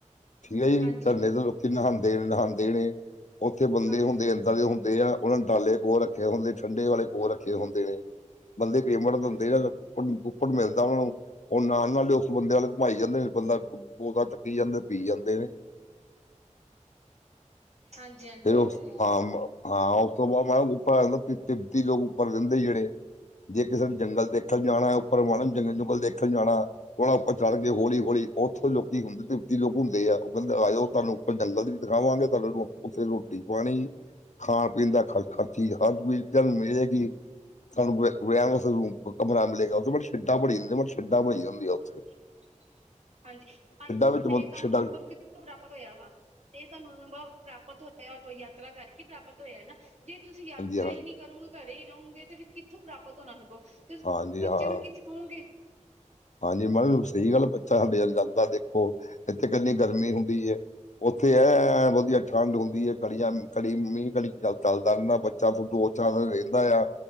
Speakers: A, on the left; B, on the right.
A: ਠੀਕ ਏ ਜੀ।
B: ਹਾਂਜੀ
A: ਝਰਨੇ
B: ਹਾਂਜੀ
A: ਤੇ ਲੋਕੀ ਨਹਾਂਦੇ ਨੇ ਨਹਾਂਦੇ ਨੇ। ਓਥੇ ਬੰਦੇ
B: ਹਾਂਜੀ
A: ਹੁੰਦੇ ਏਦਾਂ ਦੇ ਹੁੰਦੇ ਆ ਓਨਾ ਨੇ ਡਾਲੇ ਕੋਲ ਰੱਖੇ ਹੁੰਦੇ। ਠੰਡੇ ਵਾਲੇ ਕੋਲ ਰੱਖੇ ਹੁੰਦੇ ਨੇ। ਬੰਦੇ ਪੇਮੰਟ
B: ਹਾਂਜੀ
A: ਦੰਦੇ ਆ। ਉਨ ਕੂਪਨ ਮਿਲਦਾ ਓਨਾ ਨੂੰ ਓ ਨਾਲ ਨਾਲ ਓਸ ਬੰਦੇ ਆਲੇ ਘੁਮਾਈ ਜਾਂਦੇ ਨੇ। ਬੰਦਾ ਬੋਤਲ ਚੱਕੀ ਜਾਂਦੇ ਪੀ ਜਾਂਦੇ ਨੇ।
B: ਹਾਂਜੀ ਹਾਂਜੀ।
A: ਫਿਰ
B: ਓ
A: ਉਸ
B: ਤੇ ਹੈ।
A: ਹਾਂ ਹਾਂ। ਓਸ ਤੋਂ ਬਾਦ ਮੈਂ ਉੱਪਰ ਆਂਦਾ ਪੀਤੀ ਲੋਕ ਉੱਪਰ ਰੇਂਦੇ ਜੇੜੇ। ਜੇ ਕਿਸੇ ਨੂੰ ਜੰਗਲ ਦੇਖਣ ਜਾਣਾ ਐ ਉੱਪਰ ਵਨ ਜੰਗਲ ਜੁੰਗਲ ਦੇਖਣ ਜਾਣਾ। ਵਾ ਉੱਪਰ ਚੜ ਜੇ ਹੋਲੀ ਓਥੋਂ ਲੋਕੀ ਹੁੰਦੇ ਹੂਤੀ ਲੋਕ ਹੁੰਦੇ ਆ। ਓ ਕੈਂਦੇ ਆ ਜਓ ਤੁਹਾਨੂੰ ਉੱਪਰ ਜੰਗਲ ਵੀ ਦਿਖਾਵਾਂਗੇ ਤੁਹਾਨੂੰ ਓਥੇ ਰੋਟੀ-ਪਾਣੀ ਖਾਣ-ਪੀਣ ਦਾ ਖਰ ਖਰਚੀ ਹਰ ਚੀਜ ਤਨ ਮਿਲੇਗੀ। ਤਾਨੂੰ ਰੈ ਰੈਣ ਵਾਸਤੇ ਰੂ ਕਮਰਾ ਮਿਲੇਗਾ ਓਤੇ ਸ਼ਇਡਾਂ ਬਣੀ ਸ਼ਇਡਾਂ ਬਣੀ ਹੁੰਦੀਆਂ ਓਥੇ।
B: <unintelligible> ਹਾਂਜੀ। ਵੇਖੋ ਹੁਣ
A: ਵਿੱਚ
B: ਏ ਤੁਹਾਨੂੰ
A: ਸ਼ੈੱਡਾਂ
B: ਅਨੁਭਵ
A: ਹਾਂਜੀ
B: ਕਿੱਥੋਂ ਪ੍ਰਾਪਤ ਹੋਇਆ ਵਾ? ਤੇ ਤੁਹਾਨੂੰ ਅਨੁਭਵ ਪ੍ਰਾਪਤ ਹੋ ਹੋਏਆ ਯਾਤਰਾ ਕਰਕੇ ਪ੍ਰਾਪਤ ਹੋਏਆ ਐ ਨਾ। ਜੇ ਤੁਸੀ ਯਾਤਰਾ
A: ਹਾਂਜੀ ਹਾਂਜੀ
B: ਈ ਨੀ ਕਰੋਗੇ ਘਰੇ ਈ ਰੋਂਗੇ ਤੇ ਫੇ ਕਿੱਥੋਂ ਪ੍ਰਾਪਤ ਹੋਣਾ ਅਨੁਭਵ? ਤੇ
A: ਹਾਂਜੀ
B: ਬੱਚੇ
A: ਹਾਂ
B: ਨੂੰ ਕੀ ਸਿਖਓਂਗੇ?
A: ਹਾਂਜੀ। ਮੈਡਮ ਸਹੀ ਗੱਲ ਬੱਚਾ ਹਬੇਲ ਜਾਂਦਾ ਦੇਖੋ। ਏਥੇ ਕਿੰਨੀ ਗਰਮੀ ਹੁੰਦੀ ਐ। ਔਥੇ ਐਂ ਵਧੀਆ ਠੰਡ ਹੁੰਦੀ ਏ। ਕਣੀਆਂ ਕੜੀ ਮੀਂ ਕਣੀ ਚਲਦਾ ਰੈਂਦਾ। ਬੱਚਾ ਦੋ ਚਾਰ ਦਿਨ ਰਹਿੰਦਾ ਆ।